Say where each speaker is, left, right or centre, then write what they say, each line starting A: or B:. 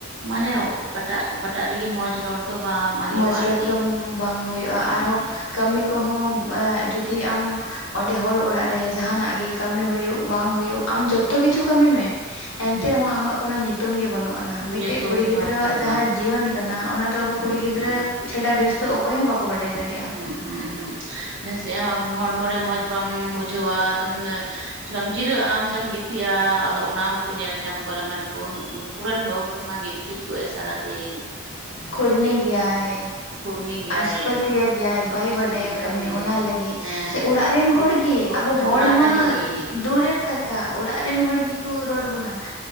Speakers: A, on the right; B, on the left.
A: ᱢᱟᱱᱮ ᱚᱠᱟᱴᱟᱜ ᱚᱠᱟᱴᱟᱜ ᱨᱮᱜᱮ ᱢᱚᱡᱽ ᱨᱚᱲ ᱫᱚ ᱵᱟᱢ ᱟᱸᱡᱚᱢᱟ
B: ᱢᱚᱡᱽ
A: ᱟᱨᱠᱤ
B: ᱨᱚᱲ ᱫᱚ ᱵᱟᱝ ᱦᱩᱭᱩᱜᱼᱟ
A: ᱵᱟᱢ
B: ᱟᱨᱦᱚᱸ
A: ᱟᱸᱡᱚᱢᱟ
B: ᱠᱟᱹᱢᱤ ᱠᱚᱦᱚᱸ ᱮ ᱡᱩᱫᱤ ᱟᱢ ᱚᱸᱰᱮ ᱦᱚᱲ ᱚᱲᱟᱜ ᱨᱮ ᱡᱟᱦᱟᱱᱟᱜ ᱜᱮ ᱠᱟᱹᱢᱤ ᱦᱩᱭᱩᱜ ᱵᱟᱝ ᱦᱩᱭᱩᱜ ᱟᱢ ᱡᱚᱛᱚ ᱠᱤᱪᱷᱩ ᱠᱟᱹᱢᱤ ᱢᱮ ᱮᱱᱛᱮ
A: ᱦᱩᱸ
B: ᱨᱮᱦᱚᱸ
A: ᱦᱩᱸ
B: ᱟᱢᱟᱜ ᱠᱚᱱᱚ ᱧᱩᱛᱩᱢ ᱜᱮ ᱵᱟᱹᱱᱩᱜ ᱟᱱ ᱾ ᱢᱤᱫᱴᱮᱡ
A: ᱧᱩᱛᱩᱢ
B: ᱠᱩᱲᱤ
A: ᱜᱮ
B: ᱜᱤᱫᱽᱨᱟᱹᱣᱟᱜ
A: ᱵᱟᱝ ᱦᱩᱭᱩᱜᱼᱟ
B: ᱡᱟᱦᱟ ᱡᱤᱭᱚᱱ ᱠᱟᱱᱟ ᱚᱱᱟ ᱫᱚ ᱟᱵᱚ
A: ᱦᱩᱸ
B: ᱠᱩᱲᱤ ᱜᱤᱫᱽᱨᱟᱹ
A: ᱦᱩᱸ
B: ᱪᱷᱟᱰᱟ ᱵᱮᱥ ᱛᱚ ᱚᱠᱚᱭ ᱦᱚᱸ ᱵᱟᱠᱚ ᱵᱟᱰᱟᱭ ᱫᱟᱲᱮᱭᱟᱜᱼᱟ
A: ᱦᱩᱸ
B: ᱾
A: ᱦᱩᱸ ᱦᱩᱸ ᱱᱟᱥᱮᱭᱟᱜ ᱟᱢ ᱦᱚᱲᱢᱚᱨᱮ ᱢᱚᱡᱽ ᱵᱟᱢ ᱵᱩᱡᱷᱟᱹᱣᱟ <unintelligible> ᱛᱷᱚᱲᱟᱢ ᱡᱤᱨᱟᱹᱜ ᱟᱢ ᱥᱮ ᱜᱤᱛᱤᱡ <unintelligible> ᱜᱤᱛᱤᱡᱼᱟ ᱟᱫᱚ ᱚᱱᱟ ᱦᱚᱸᱠᱚ ᱧᱮᱞ ᱧᱟᱢ ᱜᱚᱫᱟ ᱡᱮ ᱱᱩᱠᱩ ᱨᱮᱱ ᱵᱟᱹᱦᱩ ᱠᱩᱲᱤᱢᱟ ᱜᱤᱛᱤᱡ ᱠᱚᱜ ᱮ ᱥᱟᱨᱟᱫᱤᱱ ᱾
B: ᱠᱷᱳᱲᱱᱮ ᱜᱤᱭᱟ ᱦᱮ
A: ᱠᱷᱩᱲᱱᱤ ᱜᱮᱭᱟᱭ
B: ᱟᱡᱽᱠᱚ ᱫᱤᱭᱟ ᱜᱭᱟ ᱦᱮ ᱾ ᱵᱟᱭ
A: ᱥᱠᱤᱛ
B: ᱵᱟᱰᱟᱭᱟ
A: ᱜᱮᱭᱟᱭ
B: ᱠᱟᱹᱢᱤ ᱚᱱᱟ ᱞᱟᱹᱜᱤᱫ
A: ᱦᱮᱸ
B: ᱥᱮ ᱚᱲᱟᱜ ᱨᱮᱱ
A: ᱜᱤᱛᱤᱡ
B: ᱦᱚᱲ ᱜᱮ ᱟᱵᱚ
A: ᱦᱮᱸ
B: ᱦᱚᱲ
A: ᱚᱲᱟᱜ
B: ᱢᱟ
A: ᱨᱮᱱ ᱜᱮ
B: ᱫᱩᱨ ᱨᱮᱱ ᱠᱟᱛᱷᱟ ᱚᱲᱟᱜ ᱨᱮᱱ ᱦᱚᱲ ᱜᱮᱠᱚ ᱨᱚᱲ ᱵᱚᱱᱟ